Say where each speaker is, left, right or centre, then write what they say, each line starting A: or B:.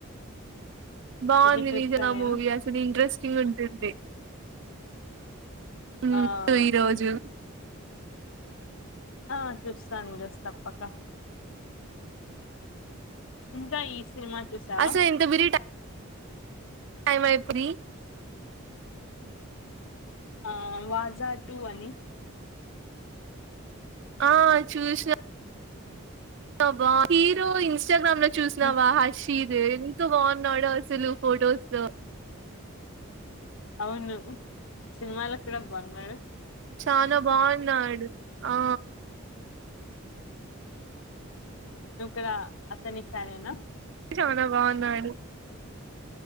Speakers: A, on the right; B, on the left.
A: బాగుంది
B: అయితే చూస్తా
A: నిజ నా
B: నేను
A: మూవీ అసలు ఇంట్రెస్టింగ్ ఉంటుంది ఉ
B: ఆ
A: ఈ రోజు
B: ఆ చూస్తాను ఈరోజు తప్పక ఇంకా ఈ సినిమా చూసావా
A: అసలు ఎంత బిరి టైం అయింది
B: ఆ వాజా టూ అని
A: ఆ చూష్నా బా హీరో ఇన్స్టాగ్రామ్ లో చూసినవా
B: ఉమ్,
A: హర్షీత్ ఎంత బాగున్నాడో అసలు ఫొటోస్ లో
B: అవును సినిమాలో కూడా బాగున్నాడు
A: చానా బాగున్నాడు ఆ
B: నువ్వు కూడా అతని ఫ్యాన్ ఏనా
A: చానా బాగున్నాడు